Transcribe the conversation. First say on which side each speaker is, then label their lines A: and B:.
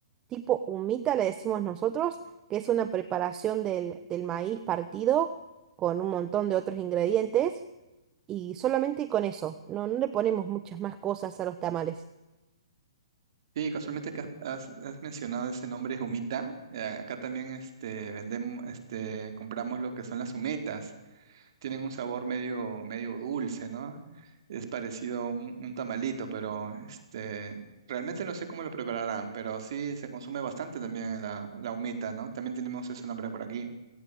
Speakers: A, on the right; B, on the right.
A: tipo humita, le decimos nosotros, que es una preparación del, del maíz partido con un montón de otros ingredientes y solamente con eso. No, no le ponemos muchas más cosas a los tamales.
B: Sí, casualmente que has, has- mencionado ese nombre humita, eh, acá también este, vendemos, este, compramos lo que son las humetas. tienen un sabor medio, medio dulce, ¿no? Es parecido a un, un tamalito, pero este, realmente no sé cómo lo prepararán, pero sí se consume bastante también la, la humita, ¿no? También tenemos ese nombre por aquí.